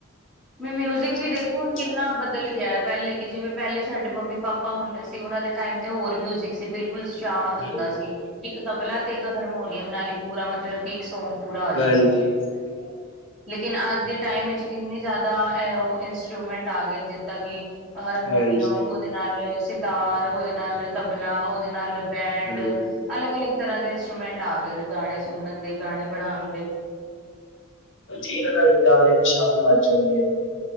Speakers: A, in the centre; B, on the left.
A: ਵੀ ਮਿਊਜਿਕ
B: ਹਾਂਜੀ
A: ਵੀ ਦੇਖੋ
B: ਸਹੀ
A: ਹੁਣ ਕਿੰਨਾ
B: ਗੱਲ
A: ਬਦਲ ਗਿਆ ਹੈ ਪਹਿਲੇ ਕਿ ਜਿਵੇਂ ਪਹਿਲੇ ਸਾਡੇ ਮੰਮੀ ਪਾਪਾ ਹੁੰਦੇ ਸੀ ਉਹਨਾਂ ਦੇ ਟਾਈਮ ਤੇ ਹੋਰ ਮਿਊਜਿਕ ਸੀ ਬਿਲਕੁਲ ਸ਼ਾਂਤ
B: ਹਾਂਜੀ
A: ਹੁੰਦਾ ਸੀ ਇੱਕ ਤਬਲਾ ਤੇ ਇੱਕ ਹਰਮੋਨੀਅਮ ਨਾਲ ਹੀ ਪੂਰਾ ਮਤਲਬ ਕਿ ਇੱਕ ਸੌਂਗ ਪੂਰਾ ਹੋ ਜਾਂਦਾ
B: ਹਾਂਜੀ
A: ਸੀ
B: ਸਹੀ-
A: ਲੇਕਿਨ ਅੱਜ ਦੇ ਟਾਈਮ ਇਚ ਕਿੰਨੇ ਜਿਆਦਾ ਅ ਉਹ ਇੰਸਟਰੂਮੈਂਟ ਆ ਗਏ ਜਿੱਦਾਂ ਕਿ ਹਾਰਮੋਨੀਅਮ
B: ਹਾਂਜੀ
A: ਉਹਦੇ ਨਾਲ ਸਿਤਾਰ, ਉਹਦੇ ਨਾਲ ਤਬਲਾ, ਉਹਦੇ ਨਾਲ ਬੈਂਡ।
B: ਹਾਂਜੀ
A: ਅਲੱਗ ਅਲੱਗ ਤਰ੍ਹਾਂ ਦੇ ਇੰਸਟਰੂਮੈਂਟ ਆ ਗਏ ਨੇ ਗਾਣੇ ਸੁਣਨ ਦੇ ਗਾਣੇ ਬਣਾਣ ਦੇ
B: ਜੀ ਇਹਨਾਂ ਨਾਲ ਗਾਣੇ ਦੀ ਸ਼ਾਨ ਵੱਜ ਜਾਂਦੀ ਏ ਥੋੜੀ